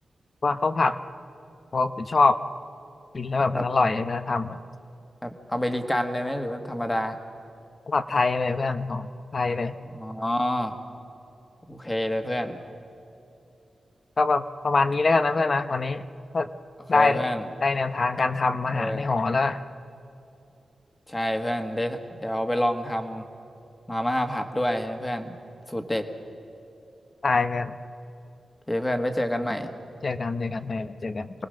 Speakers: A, on the left (about 50°); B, on the left (about 20°).
A: ว่าข้าวผัดเพราะว่ากูชอบกินแล้วแบบมันอร่อยเวลาทำอะ
B: แบบแบบอเมริกันเลยไหมหรือว่าธรรมดา
A: ข้าวผัดไทยเลยเพื่อนของของไทยเลย
B: อ๋อโอเคเลยเพื่อน
A: ก็แบบประมาณนี้แล้วกันนะเพื่อนนะวันนี้ก็
B: โอเคเพื่อน
A: ได้ได้แนวทางการทำอาหารในหอแล้ว
B: เออใช่เพื่อนได้เดี๋ยวไปลองทำมาม่าผัดด้วยนะเพื่อนสูตรเด็ด
A: ตายกัน
B: โอเคเพื่อนไว้เจอกันใหม่
A: เจอกันเจอกันไปเจอกัน